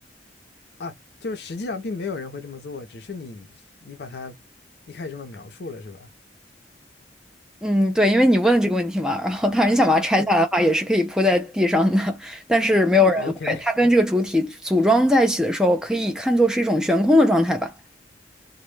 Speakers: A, on the left; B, in the centre.
A: 啊，就是实际上并没有人会这么做，只是你你把它一开始这么描述了，是吧
B: 嗯，对，因为你问了这个问题嘛，然后当然你想把它拆下来的话，也是可以铺在地上的，但是没有人会。
A: ？OK，
B: 它跟这个主体组装在一起的时候，可以看作是一种悬空的状态吧。